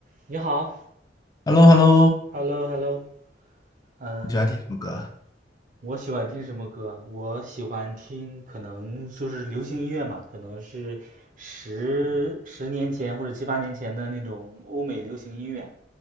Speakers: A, on the right (about 45°); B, on the left (about 20°).
A: 你好
B: h e l l o h e l l o
A: ，Hello，Hello，嗯，
B: 你喜欢听什么歌？
A: 我喜欢听什么歌？我喜欢听，可能就是流行音乐嘛，可能是十十年前或者七八年前的那种欧美流行音乐，